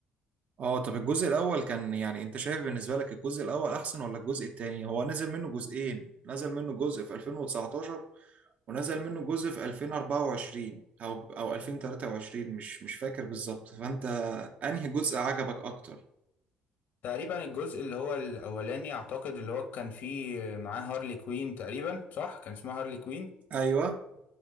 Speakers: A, on the right (about 55°); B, on the left (about 65°).
A: اه طب الجزء الأول كان يعني انت شايف بالنسبة لك الجزء الأول أحسن ولا الجزء التاني؟ هو نزل منه جزئين، نزل منه جزء في 2019 ونزل منه جزء في 2024 أو أو 2023 مش مش فاكر بالظبط، فأنت أنهي جزء عجبك أكتر؟
B: تقريبا الجزء اللي هو الاولاني اعتقد اللي هو كان فيه معاه هارلي كوين تقريبا صح كان اسمها هارلي كوين
A: أيوه